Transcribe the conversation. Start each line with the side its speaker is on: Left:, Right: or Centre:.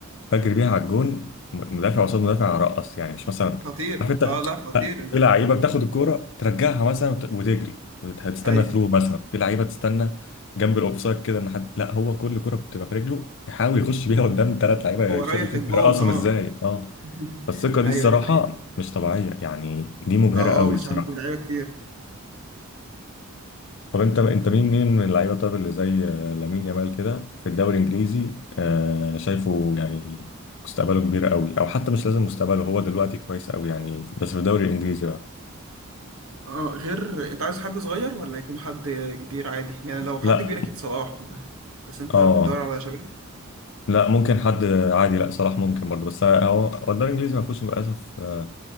Left: بجري بيها على الجون مدافع قصاد مدافع ارقص يعني مش مثلا
Right: خطير
Left: عارف أنت
Right: اه لا خطير أنت
Left: في
Right: بت-
Left: لعيبه بتاخد الكوره ترجعها مثلا وت- وتجري وهتستنى
Right: أيوه
Left: ثرو مثلا في لعيبه تستنى جنب الاوفسايد كده ان حد لا هو كل كره بتبقى في رجله يحاول يخش بيها قدام ثلاث لعيبه
Right: هو
Left: يش-
Right: رايح
Left: يشوف
Right: للجون
Left: يرقصهم
Right: اه
Left: ازاي اه
Right: <laughs>
Left: فالثقه دي
Right: ايوه
Left: الصراحه
Right: دي حقيقة
Left: مش طبيعيه يعني دي مبهره
Right: اه
Left: قوي
Right: اه مش
Left: الصراحه
Right: عند لعيبه كتير
Left: طب انت انت مين مين من اللعيبه طب اللي زي آه، لامين يامال كده في الدوري الانجليزي آه شايفه يعني مستقبله كبير قوي او حتى مش لازم مستقبله هو دلوقتي كويس قوي يعني بس في الدوري الانجليزي بقى
Right: اه اه، غير انت عايز حد صغير ولا يكون حد كبير عادي يعني لو
Left: لا
Right: حد كبير اكيد صلاح بس انت
Left: اه
Right: بتدور على شباب
Left: لا ممكن حد عادي لا صلاح ممكن برضه بس هو هو الدوري الانجليزي ما فيهوش للاسف آه،